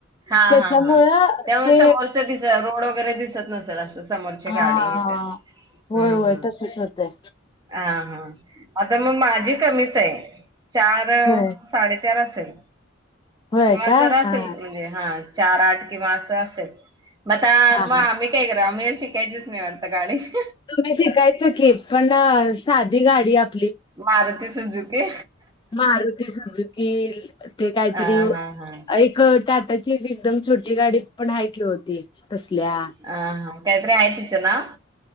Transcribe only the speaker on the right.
हां
हां हां. त्यामुळे
समोरचं दिस रोड वगैरे दिसत नसल असं समोरची
गाडी हे ते.
हं
हं.
हां हां. आता मग माझी कमीच आहे. चार,
साडेचार चार असेल
किंवा
जरा असेल
म्हणजे हा. चार, आठ किंवा असं असेल मग आता
म आम्ही काय? कराव? आम्ही काय शिकलेल त्याचीच <unintelligible> <inaudible>
मारतीस <unintelligible> झुकी
हां हां हां.
ह हा काय तरी हाय तीच नाव.